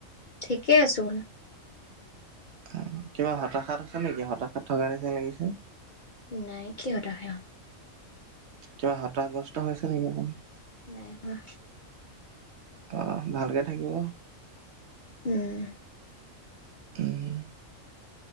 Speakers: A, on the left; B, on the right.
A: ঠিকেই আছো।
B: উম, কিবা হতাশাত আছা নেকি, হতাশাত থকা নিচিনা লাগিছে।
A: নাই কি হতাশা
B: কিবা হতাসগ্ৰস্ত হৈছে নেকি আপুনি।
A: নাই হোৱা।
B: অ' ভালকে থাকিব।
A: উম।
B: উম।